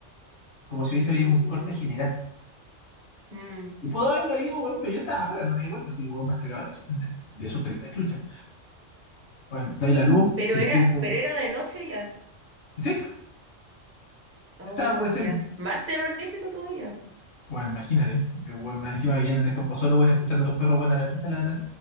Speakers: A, on the left; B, on the right.
A: como si hubiese habido
B: Uh,
A: un corte general.
B: mm.
A: Y pudo haberlo habido, weón, pero yo estaba afuera, no me di cuenta, así que, weón, más cagado la su- de, de susto que la chucha. Bueno, doy la luz,
B: Pero
A: se enciende,
B: era,
A: weón.
B: pero era de noche ya.
A: Sí,
B: Oh,
A: ya estaba oscureciendo.
B: ya. Más terrorífico todavía.
A: Bueno, imagínate, yo, weón, más encima viviendo en el campo solo, weón, escuchando a los perros, weón, a la chucha, la de la...